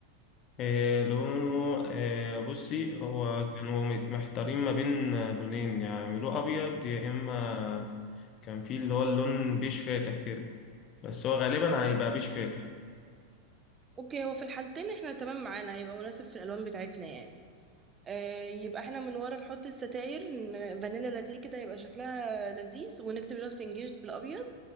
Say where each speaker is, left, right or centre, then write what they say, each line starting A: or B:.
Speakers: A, on the left; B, on the right.
A: إيه لونه إيه بصي هو كانوا محتارين ما بين لونين يعني يعملوه أبيض يا إما كان في اللي هو اللون بيش فاتح كده بس هو غالبا هيبقى بيش فاتح
B: اوكي هو في الحالتين احنا تمام معانا هيبقى مناسب في الالوان بتاعتنا يعني آه يبقى احنا من ورا نحط الستاير ن- فانيلا لاتيه كده يبقى شكلها لذيذ ونكتب جاست انجيجد بالابيض